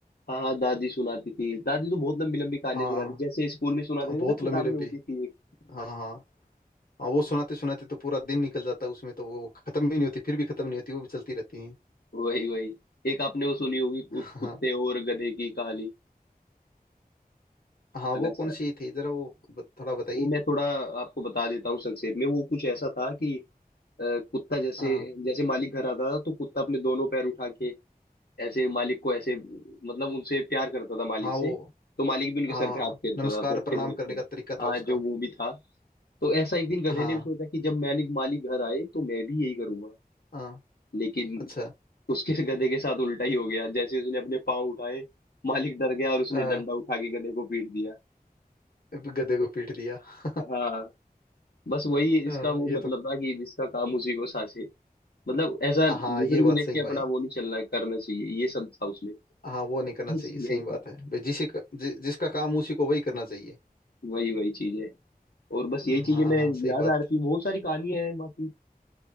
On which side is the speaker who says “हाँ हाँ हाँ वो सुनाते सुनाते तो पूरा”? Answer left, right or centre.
Left